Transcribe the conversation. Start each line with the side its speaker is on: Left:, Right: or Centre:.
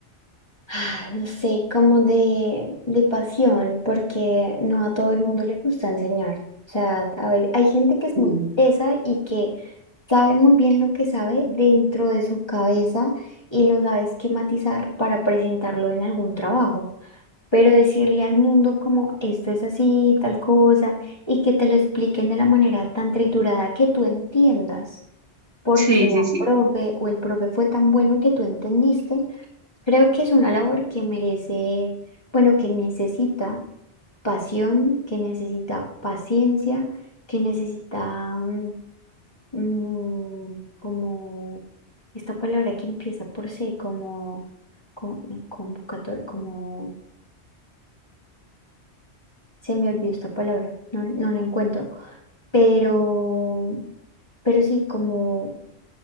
Left: ah, no sé, como de, de pasión, porque no a todo el mundo le gusta enseñar. O sea, a ve- hay gente que es
Right: Ujú.
Left: muy tesa y que sabe muy bien lo que sabe dentro de su cabeza y lo sabe esquematizar para presentarlo en algún trabajo. Pero decirle al mundo como esto es así, tal cosa, y que te lo expliquen de la manera tan triturada que tú entiendas porque
Right: Sí,
Left: la
Right: sí, sí,
Left: profe o el profe fue tan bueno que tú entendiste. Creo que es una labor que merece, bueno, que necesita pasión, que necesita paciencia, que necesita mm, mm, como esta palabra que empieza por C, como, co- no, convocatoria, como se me olvidó esta palabra, no, no la encuentro, pero, pero sí, como